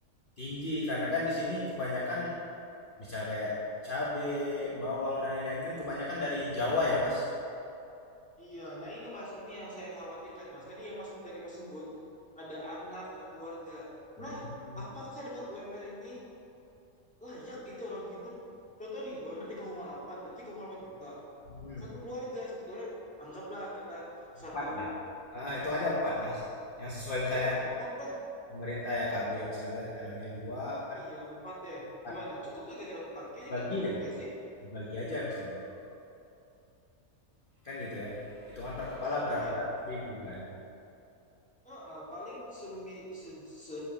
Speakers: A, on the left (about 40°); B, in the centre.
A: tinggi karena kan di sini kebanyakan misal kayak cabe bawang dan lain-lain kan kebanyakan dari Jawa ya mas
B: iya, nah ini mas, ini yang saya khawatirkan mas. Tadi yang mas tadi mas sebut ada anak, ada keluarga.
A: Hmm,
B: Nah, apakah dengan UMR ini layak gitu orang hidup? Contoh nih UMR delapan berarti tiga koma delapan juta.
A: hmm.
B: Satu keluarga, satu keluarga, anggaplah kita
A: empat
B: satu,
A: lah ah hitung aja empat mas yang sesuai misalnya
B: ya empat dah.
A: pemerintah ya KB apa segala anaknya dua kan
B: Iya empat deh.
A: empat
B: Gimana? Cukup gak kira-kira empat? Kayaknya
A: bagi
B: nggak cukup
A: aja
B: nggak sih?
A: dibagi aja misalnya kan gitu ya hitungan per kepala
B: Iya.
A: berapa ratus ribu kan
B: Heeh, paling sembi, se, se,